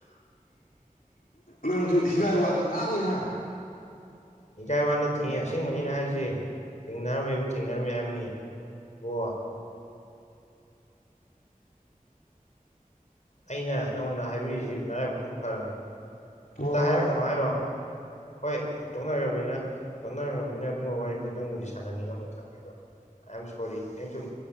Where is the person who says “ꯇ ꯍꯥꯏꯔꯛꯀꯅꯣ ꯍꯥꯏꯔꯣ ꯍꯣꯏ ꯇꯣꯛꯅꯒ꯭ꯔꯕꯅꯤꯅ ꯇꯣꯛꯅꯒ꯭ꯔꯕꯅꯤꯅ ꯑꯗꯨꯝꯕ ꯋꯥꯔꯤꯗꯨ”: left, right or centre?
Left